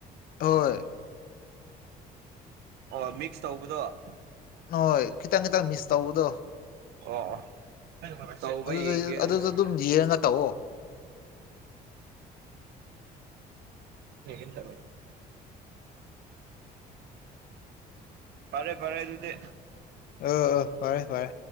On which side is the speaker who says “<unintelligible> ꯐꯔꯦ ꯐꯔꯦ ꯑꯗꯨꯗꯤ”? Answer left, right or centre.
Right